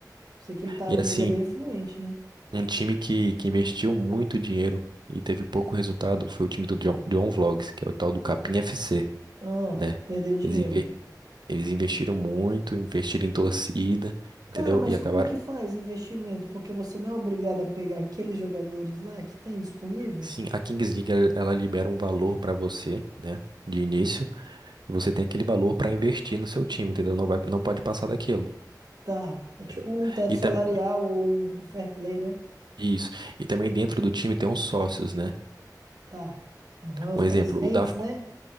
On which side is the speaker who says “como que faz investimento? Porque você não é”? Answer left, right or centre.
Right